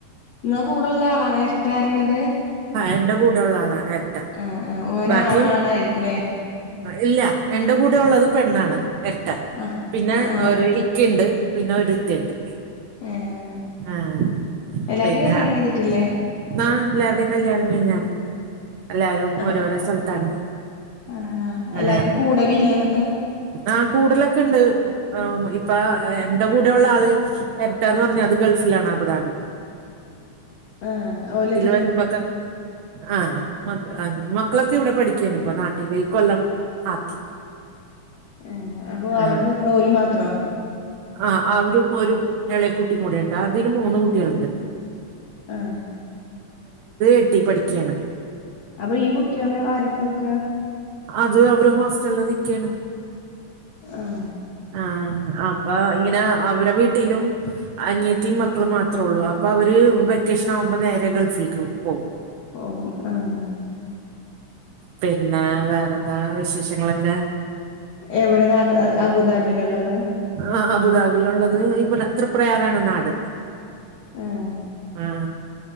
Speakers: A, on the left (about 55°); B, on the right (about 70°).
A: ഇങ്ങ കൂടുളളാളാ നേരിട്ടറീണത്
B: എന്റെ കൂടെള്ള ആളാണ് എരട്ട,
A: ആഹ് ആഹ് ഓന്
B: ബാക്കി
A: ആ ആണായിരിക്കുംല്ലേ
B: ഇല്ല, എന്റെ കൂടെള്ളത് പെണ്ണാണ്, എരട്ട.
A: ആഹ്
B: പിന്നെ,
A: ആഹ്
B: ഒരു ഇക്കയ്ണ്ട് പിന്നെ ഒരുത്തിണ്ട്
A: ഏഹ്
B: ആഹ്
A: എല്ലാരും
B: പിന്നെ
A: കല്യാണം
B: ഉം
A: കഴിഞ്ഞിട്ടില്ലേ
B: ന്ന എല്ലാരുടേം കല്യാണം കഴിഞ്ഞാണ്, എല്ലാരും
A: ആഹ്
B: ഓരോരോ സൽത്താണ്
A: ആഹ്
B: ആ,
A: എല്ലാരും കൂടലില്ലേ എന്നിട്ട്
B: ആഹ്, കൂടലൊക്കെണ്ട് ആ ഇപ്പ അ എന്റെ കൂടെഉള്ള ആള് എരട്ടാന്ന് പറഞ്ഞാ അത് ഗൾഫിലാണ് അബുദാബി
A: ആഹ് ഓലെ
B: വരൂമ്പൊക്കെ, ആ <unintelligible> ക്കളൊക്കെവിടെ പഠിക്കാണ് ഇപ്പൊ നാട്ടില്, ഇക്കൊല്ലം ആക്കി
A: ആഹ് അപ്പൊ
B: ആ,
A: അവിടെ നിക്കണ ഓല് മാത്രോ
B: ആ, അവരും ഓരും ഇളയ കുട്ടിം കൂടെണ്ട് അതിന് മൂന്ന് കുട്ടിള്ണ്ട്
A: ആഹ്,
B: എട്ടി പഠിക്കയാണ്
A: അപ്പൊ ഈ കുട്ടികളെ ആര <unintelligible>
B: അത് അവര് ഹോസ്റ്റലില് നിക്കയാണ്
A: ആഹ്
B: ആ, അപ്പൊ ഇങ്ങനെ അവരെ വീട്ടിലും അനിയത്തീം മക്കളും മാത്രോള്ളു, അപ്പൊ അവര് വെക്കേഷനാവുമ്പോ നേരെ ഗൾഫി <unintelligible>
A: <unintelligible>
B: പിന്നെ വേറെന്താ വിശേഷങ്ങളൊക്കെ
A: എവിടെയാ അബുദാബീലള്ളത്?
B: ആ അബുദാബിലള്ളത് ഇവ്വടേ ത്രിപുരയാറാണ് നാട്
A: ആഹ്
B: ആ,